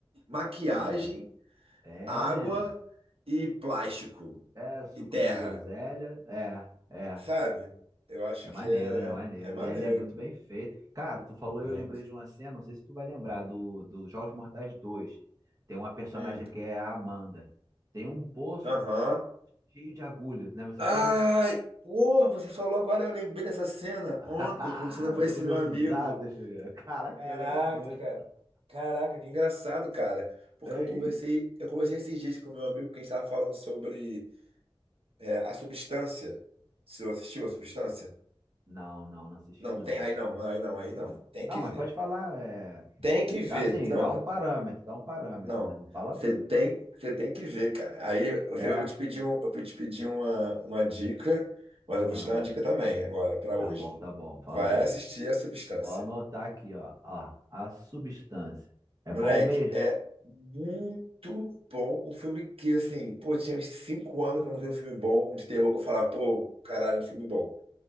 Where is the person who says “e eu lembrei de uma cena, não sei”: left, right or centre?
Right